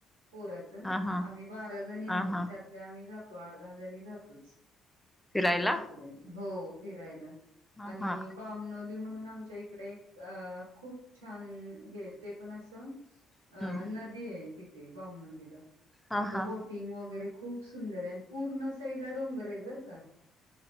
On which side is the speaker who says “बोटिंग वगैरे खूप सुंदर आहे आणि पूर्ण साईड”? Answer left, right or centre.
Right